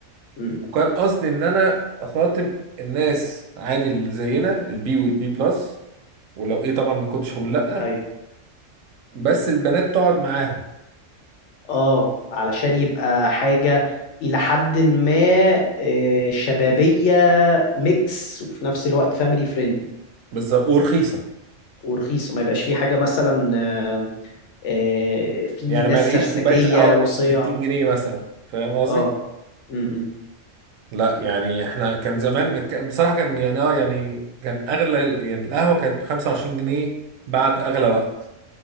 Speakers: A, on the left; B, on the right.
A: امم إمم.
B: وكان قصدي ان انا اخاطب الناس عادي اللي زينا البي والبي بلس ولو ايه طبعا ما كنتش هقول لا
A: ايوه
B: بس البنات تقعد معاهم
A: اه علشان يبقى حاجه الى حد ما آه، شبابيه ميكس وفي نفس الوقت فاميلي فريندلي
B: بالظبط ورخيصه
A: ورخيصه ما يبقاش فيه حاجه مثلا آمم، آه، في
B: يعني
A: ناس
B: ما يلاقيش
A: سرسجية
B: كوبايه القهوه ب
A: وصيع
B: 60 جنيه مثلا فاهم قصدي؟
A: اه امم
B: لا يعني احنا كان زمان كان- بصراحه كان يعني اه يعني كان اغلى ال- يعني القهوه كانت ب 25 جنيه بعد اغلى وقت